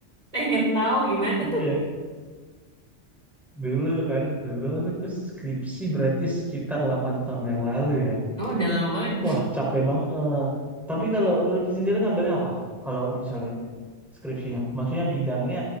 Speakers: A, on the right (about 35°); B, in the centre.
A: Pengen tahu gimana
B: Iya.
A: tuh?
B: Dulu kan, dulu aku tuh skripsi berarti sekitar 8 tahun yang lalu ya.
A: Oh, udah lama banget.
B: Wah, capek banget. Tapi kalau lebih sendiri ngambilnya apa? Kalau misalnya itu skripsinya. Maksudnya bidangnya